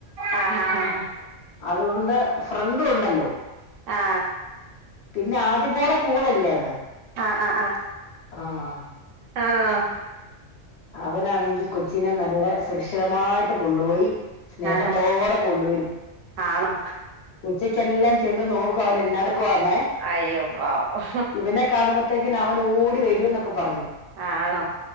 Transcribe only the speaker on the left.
അതുകൊണ്ട് ഫ്രണ്ടും ഉണ്ടല്ലോ.
പിന്നെ ആദ്യപോടെ കൂളല്ലേ അത്.
ആഹ്
അവനാണെങ്കി കൊച്ചിനെ നല്ല സുരക്ഷിതമായിട്ട് കൊണ്ടുപോയി സ്നേഹത്തോടെ
കൊണ്ടു വരും.
ഉച്ചക്കെല്ലാം ചെന്ന് നോക്കും അവൻ എന്നാട ക്കുവാന്നെ
ഇവനെ കാണുമ്പോത്തേക്കി അവൻ ഓടി വരൂന്നൊക്കെ പറഞ്ഞു.